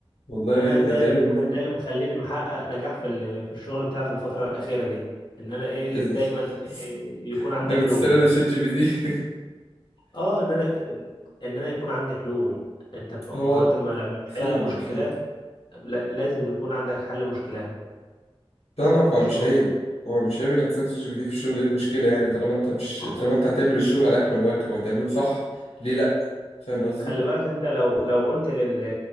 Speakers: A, on the left (about 85°); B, on the left (about 50°).
A: والله
B: فأنا
A: جامد
B: ده
A: ده تقريبا
B: يعني
A: برضه
B: ده اللي مخليني محقق نجاح في ال- في الشغل بتاعي في الفترة الأخيرة دي إن أنا إيه
A: <laughs>
B: دايما إيه يكون عندي
A: انا
B: حلول
A: كنت استخدم
B: كده
A: شات جي بي تي
B: أه إن أنا إن أنا يكون عندي حلول أنت ما
A: <laughs> هو
B: هو أنت لما بتحل
A: فاهمك
B: المشكلات
A: فاهم
B: لا- لازم تكون عندك حل مشكلة
A: فاهمك هو
B: في الشغل
A: مش عيب هو مش عيب انك تستخدم شات جي بي تي في الشغل ايه المشكلة يعني طالما انت مش
B: اه
A: طالما انت هتعمل الشغل على اكمل وجه وهتعمله صح ليه لا فاهم قصدي
B: خلي بالك انت لو لو قلت لل...